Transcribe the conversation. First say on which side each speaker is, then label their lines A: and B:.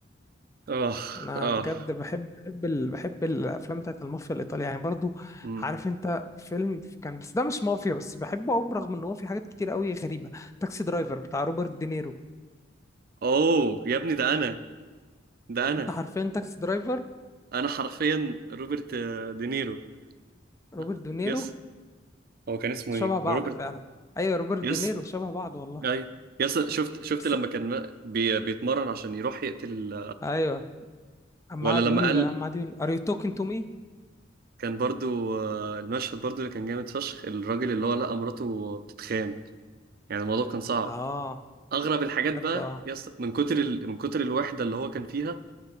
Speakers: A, on the right; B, on the left.
A: اه
B: انا
A: اه
B: بجد بحب بحب ال... بحب الافلام بتاعت المافيا الايطالية يعني برضو
A: امم
B: عارف انت فيلم كان بس ده مش مافيا بس بحبه قوي برغم ان هو في حاجات كتير قوي غريبة تاكسي درايفر بتاع روبرت دينيرو
A: اوه يا ابني ده انا ده انا
B: انت عارفين تاكسي درايفر
A: انا حرفيا روبرت آه، دينيرو
B: روبرت
A: آه،
B: دينيرو
A: يس هو كان اسمه
B: شبه
A: ايه
B: بعض
A: روبرت
B: فعلا ايوه روبرت
A: يس
B: دينيرو شبه بعض والله
A: اي يس شفت شفت
B: بس
A: لما كان بي بيتمرن عشان يروح يقتل ال...
B: ايوه اما
A: ولا
B: قعد
A: لما
B: يقول
A: قال
B: اما قعد يقول ار يو توكينج تو مي
A: كان برضو آه، المشهد برضو اللي كان جامد فشخ الراجل اللي هو لقى مراته بتتخان يعني الموضوع كان صعب
B: اه
A: اغرب الحاجات
B: بجد
A: بقى
B: اه
A: يس من كتر ال... من كتر الوحده اللي هو كان فيها